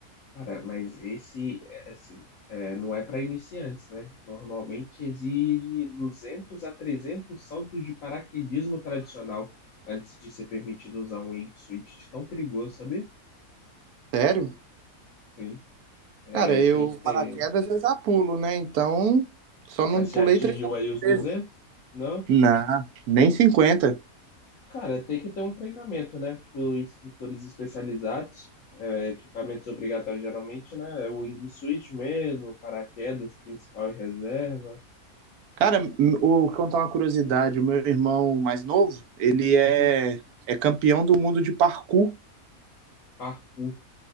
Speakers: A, on the left (about 65°); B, on the right (about 80°).
A: Cara, mas esse, é, assim, é, não é para iniciantes, né? Normalmente exige 200 a 300 saltos de paraquedismo tradicional antes de ser permitido usar um Wingsuit tão perigoso, sabe?
B: Sério?
A: Sim, é,
B: Cara, eu
A: tem que ter.
B: paraquedas eu já pulo, né? Então, só não
A: Mas
B: pulei
A: você já atingiu
B: 300
A: aí os
B: vezes.
A: 200? Não?
B: Não, nem cinquenta
A: Cara, tem que ter um treinamento, né? Com instrutores especializados, é, equipamentos obrigatórios geralmente, né? É o wingsuit mesmo, paraquedas principal e reserva.
B: Cara, m- o- vou contar uma curiosidade. O meu irmão mais novo, ele é,
A: Uhum.
B: é campeão do mundo de parkour.
A: Parkour,